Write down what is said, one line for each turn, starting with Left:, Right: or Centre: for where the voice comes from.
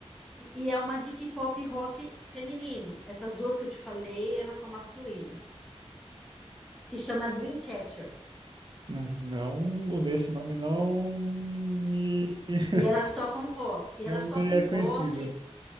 Centre: e é uma de K-pop rock feminino. Essas duas que eu te falei, elas são masculinas, que chama Dreamcatcher.
Right: Não, não, o desse nome não me. <laughs>
Centre: E elas tocam rock, e elas
Right: Não me
Centre: tocam
Right: é conhecido.
Centre: rock,